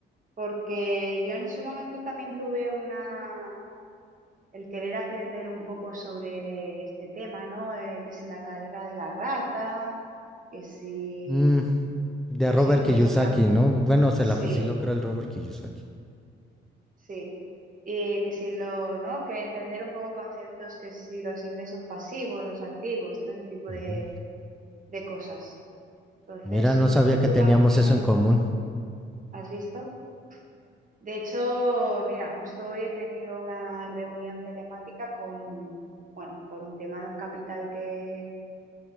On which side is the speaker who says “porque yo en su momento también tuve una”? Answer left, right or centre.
Right